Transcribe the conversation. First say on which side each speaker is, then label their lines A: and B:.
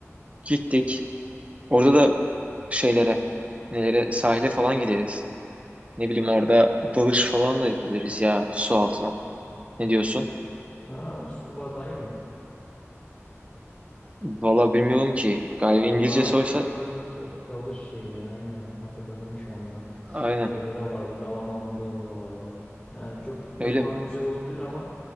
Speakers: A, on the right; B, on the left.
A: Gittik. Orada da şeylere, nelere, sahile falan gideriz. Ne bileyim orada dalış falan da yapabiliriz ya su altına. Ne diyorsun?
B: Ha, scuba diving.
A: Valla bilmiyorum ki. Galiba
B: Aa
A: İngilizce
B: yok
A: soysa
B: yok yok yok dalış şeyi aynen hatırladım şu anda.
A: aynen
B: Şeyde de vardı Dalaman'da da vardı. Yani çok gitmek
A: öyle
B: ma-
A: mi?
B: güzel olabilir ama